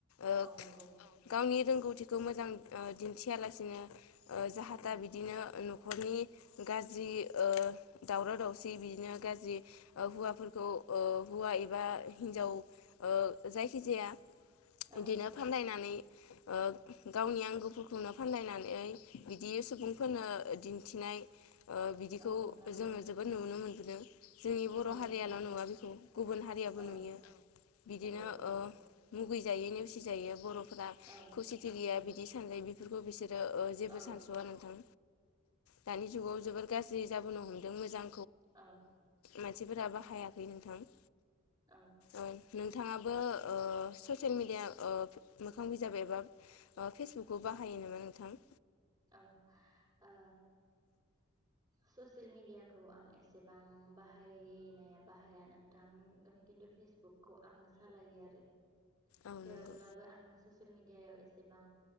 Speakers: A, on the left; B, on the right.
A: ओ
B: औ नंगौ
A: गावनि रोंगौथि खौ मोजां ओ दिन्थियालासिनो ओ जाहाथा
B: उम
A: बिदिनो नु न'खरनि गाज्रि ओ दावराव दावसि बिदिनो गाज्रि ओ हौवाफोरखौ ओ हौवा एबा हिन्जाव ओ जायखिजाया बिदिनो
B: औ
A: फानलायनानै ओ गावनि आं गुफुरखौनो फानलायनानै बिदि सुबुंफोरनो दिन्थिनाय ओं बिदिखौ
B: औ नंगौ
A: जोङो जोबोद नुनो मोन दों जोंनि
B: नंगौ
A: बर' हारियाल'
B: नोंथां
A: नुवा बेखौ गुबुन हारियाबो
B: औ
A: नुयो बिदिनो
B: नंगौ औ
A: ओ मुगैजायो नेवसि जायो बर' फ्रा
B: औ
A: खौसेथि गोया
B: नंगौ
A: बिदि नै बिफोरखौ बिसोर ओ ओ जेबो
B: औ
A: सानस'आ नोंथां दानि जुगाव जोबोर गाज्रि जाबोनो हमदों मोजां
B: औ
A: मानसिफोराबो हायाखै नोंथां
B: औ
A: ओ नोंथाङाबो ओ ससियेल मिडिया ओ मोखां बिजाब एबा ओ फेसबुक खौ बाहायो नामा नोंथां?
B: औ ओ ससियेल मिेडियाखौ आं एसेबां बाहायनाया बाहाया नोंथां खिन्थु फेसबुकखौ आङो सालायो आरो
A: औ
B: थेवब्लाबो
A: नंगौ
B: आङो ससे ससिएल मिदियाव एसेबां